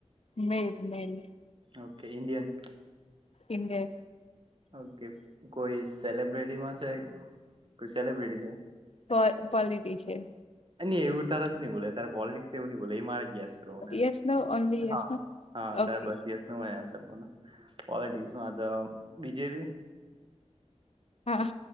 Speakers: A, on the left; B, on the right.
A: male male
B: okay Indian
A: Indian
B: okay કોઈ સેલબ્રટી માં છે કોઈ સેલબ્રિટી છે
A: પો પોલિટિશિયન
B: ન એવું તારા જ નહી બોલે ત પોલિટિક્સ એવું ન બોલે એ મારે જ ગેસ કરવાનું
A: યસ નો ઓનલી
B: એમ
A: યસ
B: હા
A: નો
B: હા
A: ઓકે
B: ત્યારે બસ ગેસ મળ્યા હશો. પોલટિકસમાં તો બીજેપી?
A: હા.